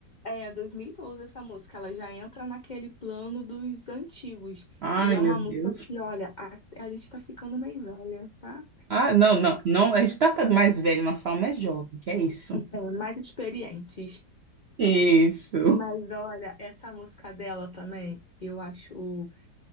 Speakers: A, on the left; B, on the right.
A: É, 2012 essa música, ela já entra naquele plano dos antigos.
B: Ai,
A: E é
B: meu
A: uma
B: Deus.
A: música que, olha, a, a gente tá ficando meio velha, tá?
B: Ah, não, não, não. A gente tá ficando mais velho, nossa alma é jovem, que é isso.
A: É, mais experientes.
B: Isso.
A: Mas olha, essa música dela também, eu acho